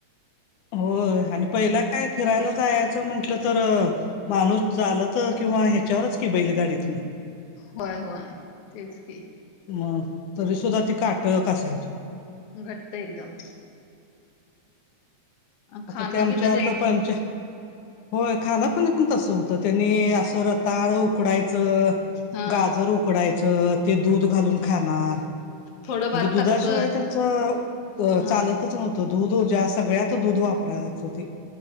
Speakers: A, on the left; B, on the left.
A: होय आणि पहिला काय फिरायला,
B: पण
A: जायाच म्हंटलं तर तर माणूस चालत किंवा ह्याच्यावरच की बैल गाडीत
B: व्हय व्हय तेच की
A: मग तरी सुुद्धा ती काटक असायची.
B: घट्ट एकदम खाणं
A: आता आमच्यात
B: पिणं
A: ते पंच होय खानापिन पण तसं होतं, त्यांनी असं रताळ उकडायचं
B: हा
A: गाजर उकडायचं, ते दूध घालून खाणार
B: थोडंफार
A: म्हणजे दुधाशिवाय
B: कच्च
A: त्यांच अ
B: हा
A: चालतच नव्हतं. दूध दूध ज्या सगळ्यात दूध वापरायच, ते